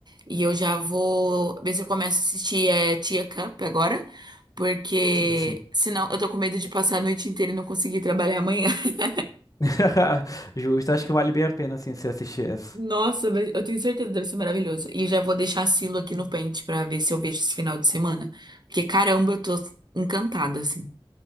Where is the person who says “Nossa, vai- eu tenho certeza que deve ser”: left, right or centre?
Right